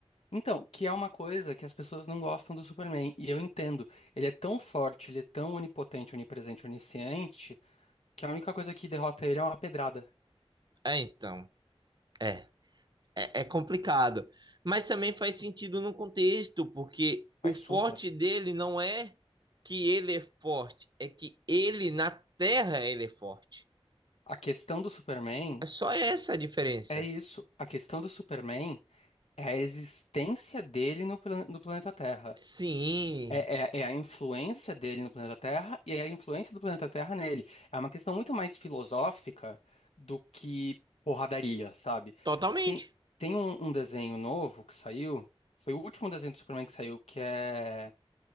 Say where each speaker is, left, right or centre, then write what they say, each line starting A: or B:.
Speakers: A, on the left (about 85°); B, on the right (about 45°).
A: então, que é uma coisa que as pessoas não gostam do Superman, e eu entendo. Ele é tão forte, ele é tão onipotente, onipresente, onisciente, que a única coisa que derrota ele é uma pedrada.
B: É, então. É. é, é complicado. Mas também faz sentido no contexto, porque o
A: Mas
B: forte
A: super.
B: dele não é que ele é forte, é que ele na terra ele é forte.
A: A questão do Superman
B: É só essa a diferença.
A: é isso. A questão do Superman É a existência dele no, plane- no planeta Terra.
B: Sim,
A: É, é, é a influência dele no planeta Terra e é a influência do planeta Terra nele. É uma questão muito mais filosófica do que porradaria, sabe?
B: totalmente.
A: Tem, tem um, um desenho novo que saiu, foi o último desenho do Superman que saiu, que é